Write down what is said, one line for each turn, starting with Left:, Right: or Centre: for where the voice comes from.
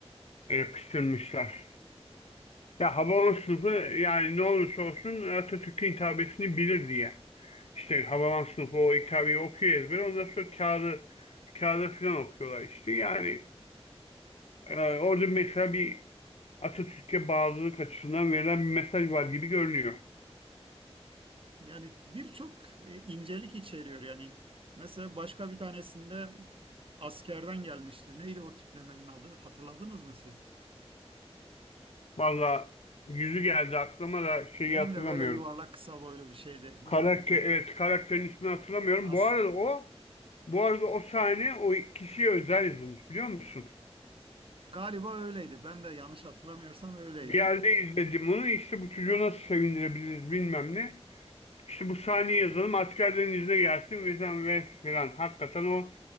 Left: e, Yapıştırmışlar. Ya Hababam sınıfı yani ne olursa olsun Atatürk'ün hitabesini bilir diye. İşte Havalan sınıfı o kitabeyi okuyor ezber. Ondan sonra kağıdı, kağıda filan okuyorlar işte. Yani e, orada mesela bir Atatürk'e bağlılık açısından verilen bir mesaj var gibi görünüyor.
Right: Yani birçok e, incelik içeriyor yani. Mesela başka bir tanesinde askerden gelmişti. Neydi o tiplemenin adı? Hatırladınız mı siz?
Left: Valla yüzü geldi aklıma da şeyi
Right: Benim
Left: hatırlamıyorum.
Right: de böyle yuvarlak kısa boylu bir şeydi. Neydi?
Left: Karakter,
Right: Yani
Left: evet karakterin ismini hatırlamıyorum.
Right: as-
Left: Bu arada o bu arada o sahne o kişiye özel yazılmış biliyor musun?
Right: galiba öyleydi. Ben de yanlış hatırlamıyorsam öyleydi.
Left: Bir yerde izledim onu işte bu çocuğu nasıl sevindirebiliriz bilmem ne. İşte bu sahneyi yazalım askerlerin izine gelsin ve sen ve falan. Hakikaten o